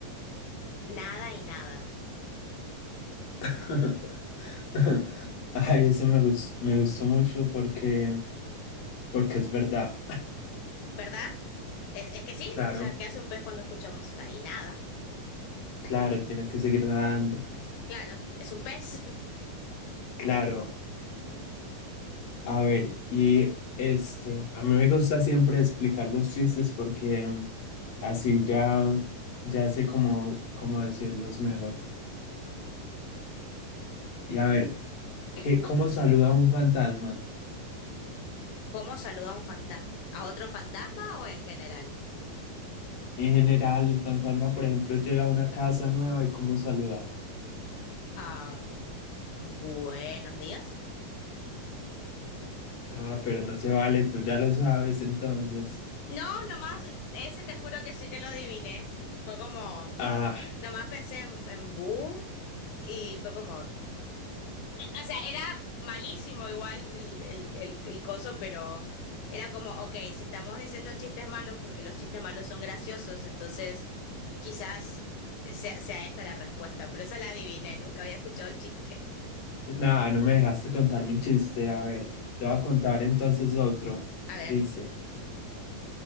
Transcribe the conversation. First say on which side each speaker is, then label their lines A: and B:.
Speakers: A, on the left; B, on the left.
A: Nada y nada.
B: <laughs> Ay, eso me gus- me gustó mucho porque, porque es verdad.
A: ¿verdad? Es, es que sí,
B: Claro,
A: o sea, ¿qué hace un pez cuando escucha música? Y nada,
B: claro, tiene que seguir nadando.
A: claro, es un pez.
B: Claro, a ver, y este, a mí me gusta siempre explicar los chistes porque mm, así ya, ya sé cómo, cómo decirlos mejor. Y a ver, ¿qué, cómo saluda un fantasma?
A: <laughs> ¿Cómo saluda a un fantasma? ¿A otro fantasma o en general?
B: En general, el fantasma, por ejemplo, llega a una casa nueva y cómo saluda.
A: Ah, buenos días.
B: Ah, pero no se vale, tú ya lo sabes entonces.
A: No, nomás, ese te juro que sí que lo adiviné. Fue como,
B: Ah.
A: nomás pensé en, en bu y fue como, eh, o sea, era malísimo igual el, el, el, el coso, pero era como, ok, si estamos diciendo chistes malos, porque los chistes malos son graciosos, entonces... Quizás sea, sea esta la respuesta, pero esa la adiviné, nunca había escuchado el chiste.
B: Nada, no me dejaste contar mi chiste. A ver, te voy a contar entonces otro.
A: A ver,
B: Dice,